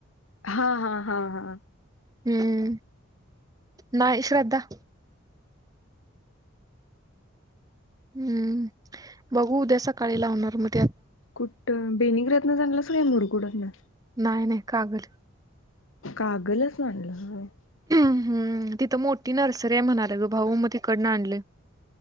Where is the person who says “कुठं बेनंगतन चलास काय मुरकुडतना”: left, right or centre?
Left